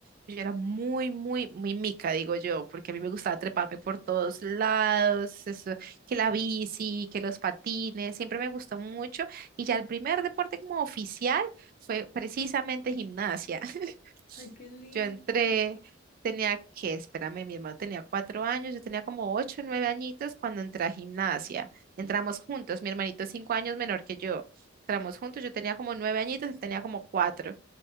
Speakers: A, on the right; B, on the left.
A: Yo era muy, muy, muy mica, digo yo, porque a mí me gustaba treparme por todos lados, eso, que la bici, que los patines, siempre me gustó mucho. Y ya el primer deporte como oficial fue precisamente gimnasia. <laughs>
B: Ay, qué lindo.
A: Yo entré, tenía que, espérame, mi hermano tenía cuatro años, yo tenía como ocho o nueve añitos cuando entré a gimnasia. Entramos juntos, mi hermanito es cinco años menor que yo. Entramos juntos, yo tenía como nueve añitos, él tenía como cuatro